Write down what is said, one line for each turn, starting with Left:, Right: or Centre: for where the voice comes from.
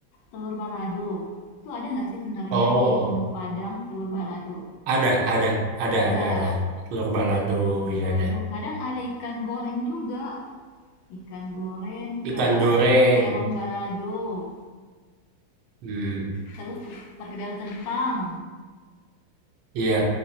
Left: telur balado. Itu ada nggak sih sebenarnya
Right: Oh,
Left: di menu Padang telur balado?
Right: ada, ada, ada,
Left: Ada
Right: ada, ada. Telur balado,
Left: eh, telur
Right: ya
Left: balado.
Right: ada.
Left: Kadang ada ikan goreng juga. Ikan goreng,
Right: Ikan
Left: te-
Right: goreng.
Left: terong balado,
Right: Hmm.
Left: telur perkedel kentang,
Right: Iya,